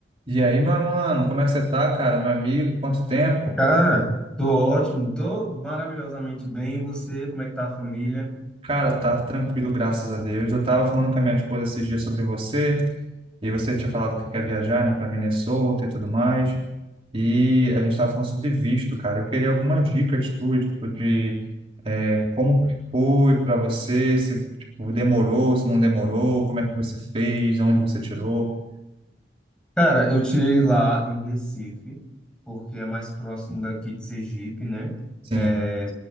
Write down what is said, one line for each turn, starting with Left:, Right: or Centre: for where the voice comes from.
Right: E aí, meu mano, como é que você tá, cara? Meu amigo, quanto tempo?
Centre: Cara, tô ótimo, tô maravilhosamente bem. E você, como é que tá a família?
Right: Cara, tá tranquilo, graças a Deus. Eu tava falando com a minha esposa esses dias sobre você, e você tinha falado que quer viajar, né, pra Minnesota e tudo mais. E a gente tava falando sobre visto, cara. Eu queria algumas dicas tuas, tipo, de é, como que foi pra você, se tipo, demorou, se não demorou, como é que você fez, onde você tirou.
Centre: Cara, eu tirei lá em Recife, porque é mais próximo daqui de Sergipe, né?
Right: Sim.
Centre: É,